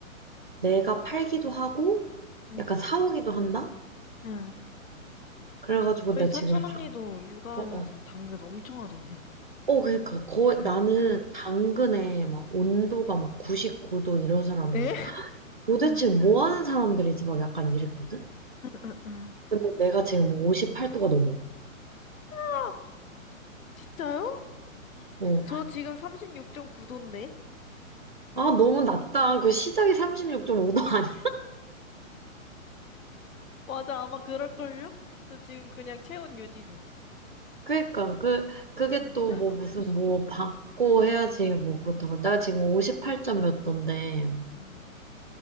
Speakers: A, on the right; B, on the left.
A: 내가 팔기도 하고
B: 응.
A: 약간 사오기도 한다?
B: 응.
A: 그래가지고
B: 저희
A: 나
B: 사촌
A: 지금 다,
B: 언니도 육아하면서
A: 어, 어.
B: 당근 엄청 하던데.
A: 어, 그러니까 거의
B: 응.
A: 나는 당근에 막 온도가 막 99도 이런 사람은
B: 에?
A: 도대체
B: 응.
A: 뭐 하는 사람들이지 막 약간 이랬거든?
B: 응. 응.
A: 근데 내가 지금 58도가 넘어.
B: 아! 진짜요?
A: 어.
B: 저 지금 36.9도인데?
A: 아, 너무 낮다. 그 시작이 36.5도 <laughs> 아니야.
B: 맞아, 아마 그럴걸요? 저 지금 그냥 체온 유지 중.
A: 그러니까 그 그게
B: 응
A: 또
B: <gasps> <laughs>
A: 뭐 무슨
B: 50도?
A: 뭐 받고
B: 응
A: 해야지 뭐 그렇다고. 나 지금 58점 몇 도인데
B: 응.